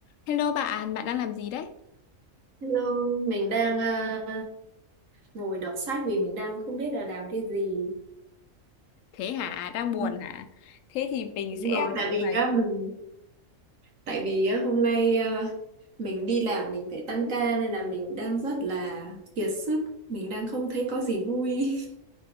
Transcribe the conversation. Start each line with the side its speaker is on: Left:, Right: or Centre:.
Left: Hello bạn, bạn đang làm gì đấy?
Right: Hello, mình đang à, ngồi đọc sách vì mình đang không biết là làm cái gì.
Left: Thế hả? Đang buồn
Right: Không,
Left: hả? Thế thì mình
Right: Đúng
Left: sẽ
Right: rồi, tại
Left: hỏi
Right: vì
Left: vài
Right: á, mình tại vì á, hôm nay à, mình đi làm mình phải tăng ca nên là mình đang rất là kiệt sức, mình đang không thấy có gì vui. <laughs>